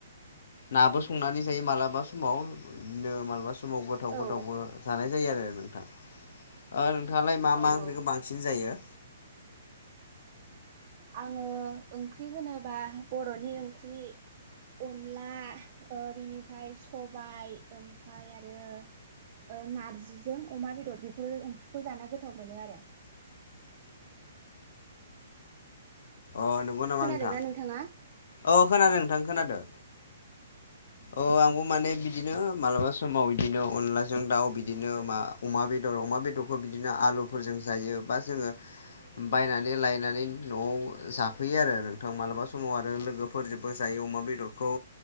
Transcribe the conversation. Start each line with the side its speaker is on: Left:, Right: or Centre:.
Left: नाबो संनानै जायो मालाबा समाव बिनो मालाबा सम समाव गोथाव
Right: औ
Left: गोथावबो जानाय जायो आरो नोंथां। ओ नों नोंथाङालाय मा
Right: औ
Left: मा ओंख्रिखौ
Right: औ
Left: बांसिन जायो?
Right: आङो ओंख्रि होनोबा बर'नि ओंख्रि। अनला ओ बिनिफ्राय सबाय ओमफ्राय आरो ओ नारजिजों अमा बेदर बेफोर ओंख्रिखौ जाना गोथाव मोनो आरो।
Left: अ नंगौ नामा
Right: खोनादोंना
Left: नोंथां,
Right: नोंथाङा?
Left: औ खोनादों नोंथां खोनादों। औ आंबो माने बिदिनो मालाबा समाव बिदिनो अनलाजों दाउ बिदिनो अमा बेदर। अमा बेदरखौ बिदिनो आलुफोरजों जायो बा जोङो बायनानै लायनानै न'आव। जाफैयो आरो नोंथां मालाबा समाव आरो लोगोफोरजोंबो जायो अमा बेदरखौ